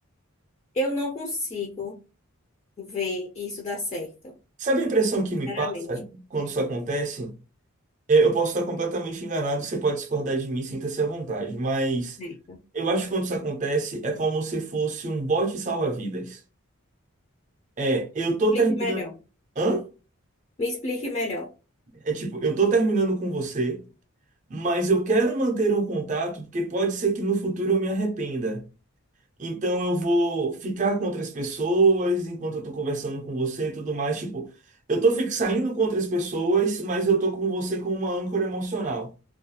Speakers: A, on the left (about 30°); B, on the right (about 35°).
A: Eu não consigo ver isso dar certo,
B: Sabe a impressão que me
A: sinceramente.
B: passa quando isso acontece? É, Eu posso estar completamente enganado, você pode discordar de mim, sinta-se à vontade. Mas
A: É.
B: eu acho que quando isso acontece é como se fosse um bote salva-vidas. É, eu tô
A: explique
B: terminando.
A: melhor.
B: Hã?
A: Me explique melhor.
B: É tipo, eu tô terminando com você, mas eu quero manter um contato porque pode ser que no futuro eu me arrependa. Então eu vou ficar com outras pessoas enquanto eu tô conversando com você e tudo mais. Tipo, eu tô fi- saindo com outras pessoas, mas eu tô com você como uma âncora emocional.